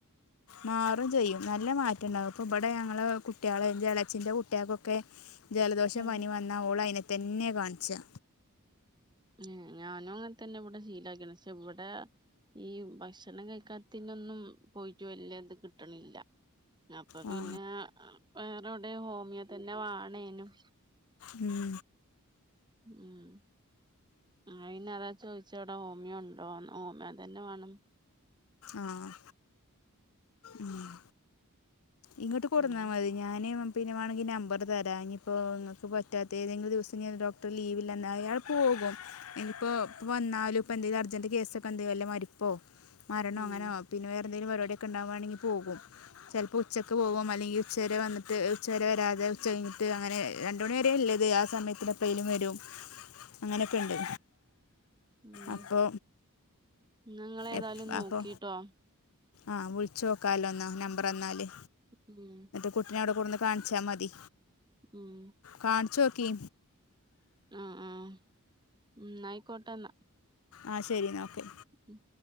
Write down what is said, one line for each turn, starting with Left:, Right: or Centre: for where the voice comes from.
Left: മാറും ചെയ്യും നല്ല മാറ്റണ്ടാവും ഇപ്പോ ബെടെ ഞങ്ങളെകുട്ടിയാളെ ഇഞ്ചെ എളചിൻ്റെ കുട്ടിയാക്കൊക്കെ ജലദോഷം
Right: ഉം
Left: പനിം വന്നാൽ ഓളയ്നതെന്നെ കാണിച്ചാ
Right: നേ ഞാനും അങ്ങനെ തന്നെ ബ്ടെ ശീലാകീക്ണ് ഷെ ഇബെടെ ഈ ഭക്ഷണം കഴിക്കാത്തിനൊന്നും പോയിട്ടു വല്ലൃത് കിട്ട്ണില്ല അപ്പൊ
Left: ആ
Right: പിന്നെ വേറെവിടെ ഹോമിയോ തന്നെ വണേനും
Left: ഉം
Right: ഉം ആയിനതാ ചോദിച്ചവ്ടെ ഓമിയൊ ണ്ടോന്ന് ഓമിയൊ തെന്നെ വാണം
Left: ആഹ് അഹ് ഇങ്ങട്ട് കൊടുന്നാ
Right: ഉം
Left: മതി ഞാൻ പിന്നെ വണെങ്കിൽ നമ്പർ തരാ ഇനിപ്പോ ങ്ങക്ക് പറ്റാത്തെ തെങ്കിലും ദിവസം ഞാൻ ഡോക് പൊലീവില്ലന്നാ അയാൾ പോകും ഇപ്പൊ വന്നാലും പ്പന്തേലും അർജന്റ് കേസൊക്കെ ന്തെങ്കി വല്ല മരിപ്പ് പ്പോ മരണോ
Right: ഉം
Left: അങ്ങനൊ പിന്നെ വേറെന്തെങ്കിലും മരിപടിയൊക്കെ ണ്ടാവാണെങ്കിൽ പോകും ചെലപ്പോ ഉച്ച് ഉച്ചക്ക് പോകും അല്ലെങ്കി ഉച്ചവരെ വന്നിട്ട് ഉച്ചവരെ വരാതെ ഉച്ച കഴിഞ്ഞിട്ട് അങ്ങനെ രണ്ട് മണി വരേ ല്ലത് ആ സമയത്തി പെയിനും വരും
Right: <inaudible>
Left: അങ്ങനൊക്കെണ്ട്
Right: ഉം
Left: അപ്പൊ
Right: നിങ്ങളേതായാലും
Left: എ
Right: നോക്കിട്ടോ
Left: അപ്പൊ ആഹ് വിളിച്ചോക്കാലോ എന്ന നമ്പർ തന്നാല്
Right: ഉം
Left: കുട്ടിനെ അവിടെ കൂടന്ന് കാണിച്ചാതി
Right: ഉം
Left: കാണിച്ചോക്കി
Right: ആഹ് ഉം ഉം ന്നായിക്കോട്ടെന്നാ
Left: ആഹ് ശരിന്ന ഓക്കെ
Right: ഉം